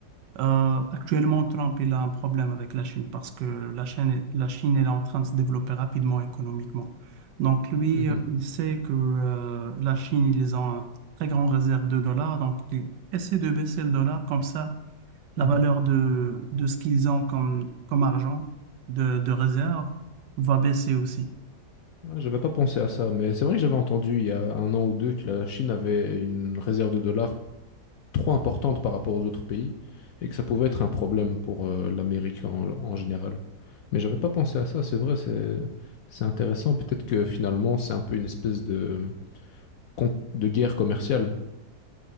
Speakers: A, on the right (about 80°); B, on the left (about 70°).
A: euh, actuellement, Trump, il a un problème avec la Chine parce que la Chine, est- la Chine, elle est en train de se développer rapidement économiquement. Donc lui,
B: Mhm.
A: euh, il sait que euh, la Chine, ils ont une très grande réserve de dollars, donc il essaie de baisser le dollar comme ça la
B: Ah
A: valeur
B: ah.
A: de, de ce qu'ils ont comme, comme argent de, de réserve va baisser aussi.
B: Ah, J'avais pas pensé à ça, mais c'est vrai que j'avais entendu il y a un an ou deux que la Chine avait une réserve de dollars trop importante par rapport aux autres pays et que ça pouvait être un problème pour euh, l'Amérique en, en général. Mais j'avais pas pensé à ça, c'est vrai, c'est c'est intéressant. Peut-être que finalement c'est un peu une espèce de, con- de guerre commerciale.